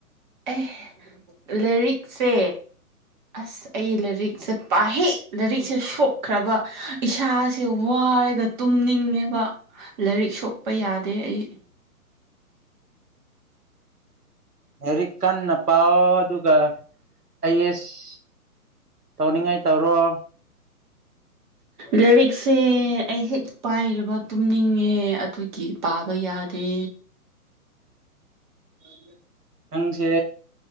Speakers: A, on the right; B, on the right.
A: ꯑꯦ ꯂꯥꯏꯔꯤꯛꯁꯦ ꯑꯁ ꯑꯩ ꯂꯥꯏꯔꯤꯛꯁꯦ ꯄꯥꯍꯦ ꯂꯥꯏꯔꯤꯛꯁꯦ ꯁꯣꯛꯈ꯭ꯔꯕ ꯏꯁꯥꯁꯦ ꯋꯥꯔꯒ ꯇꯨꯝꯅꯤꯡꯉꯦꯕ ꯂꯥꯏꯔꯤꯛ ꯁꯣꯛꯄ ꯌꯥꯗꯦ ꯑꯩ
B: ꯍꯦꯔꯤꯛ ꯀꯥꯟꯟꯅ ꯄꯥꯎ ꯑꯗꯨꯒ ꯑꯩꯁ ꯇꯧꯅꯤꯡꯉꯥꯏ ꯇꯧꯔꯣ
A: ꯂꯔꯤꯛꯁꯦ ꯑꯩ ꯍꯦꯛ ꯄꯥꯏꯔꯕ ꯇꯨꯝꯅꯤꯡꯉꯦ ꯑꯗꯨꯒꯤ ꯄꯥꯕ ꯌꯥꯗꯦ ꯎꯝ
B: ꯅꯪꯁꯦ